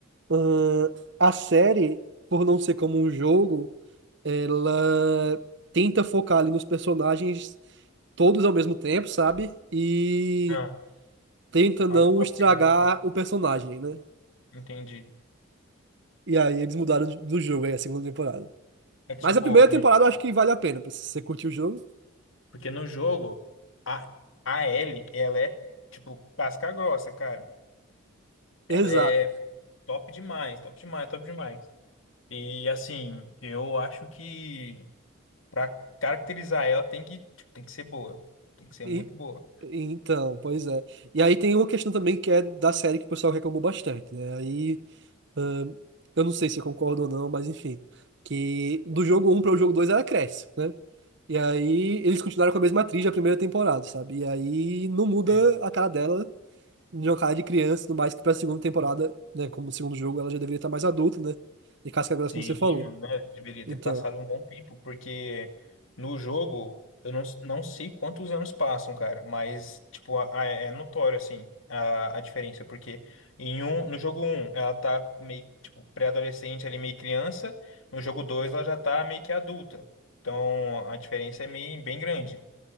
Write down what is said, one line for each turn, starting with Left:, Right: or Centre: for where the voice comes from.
Right: ahn, a série, por não ser como um jogo, ela tenta focar ali nos personagens todos ao mesmo tempo, sabe? E
Left: Ah,
Right: tenta não
Left: acaba
Right: estragar
Left: perdendo um pouco
Right: o personagem,
Left: dele.
Right: né?
Left: Entendi.
Right: E aí eles mudaram de- do jogo aí, a segunda temporada.
Left: É que,
Right: Mas
Left: tipo,
Right: a primeira
Left: n-
Right: temporada eu acho que vale a pena, pra você curtir o jogo.
Left: porque no jogo, a, a Ellie, ela é, tipo, casca grossa, cara. Ela
Right: Exato.
Left: é top demais, top demais, top demais. E, assim, eu acho que. Pra caracterizar ela, tem que, tipo, tem que ser boa. Tem que ser
Right: E,
Left: muito boa.
Right: então, pois é. E aí tem uma questão também que é da série que o pessoal reclamou bastante, né? Aí, ahn, eu não sei se eu concordo ou não, mas enfim. Que do jogo um para o jogo 2 ela cresce, né? E aí eles continuaram com a mesma atriz da primeira temporada, sabe? E aí não muda
Left: Sim.
Right: a cara dela, de uma cara de criança, no mais que pra segunda temporada, né? Como segundo jogo ela já deveria estar mais adulta, né? E casca grossa,
Left: Sim,
Right: como você falou.
Left: mano, né? Deveria ter
Right: Então.
Left: passado um bom tempo, porque no jogo, eu não, não sei quantos anos passam, cara, mas, tipo, a- a- é notório, assim, a, a diferença, porque em um, no jogo um, ela tá meio, tipo, pré-adolescente ali, meio criança, no jogo 2 ela já tá meio que adulta. Então, a diferença é meio, bem grande.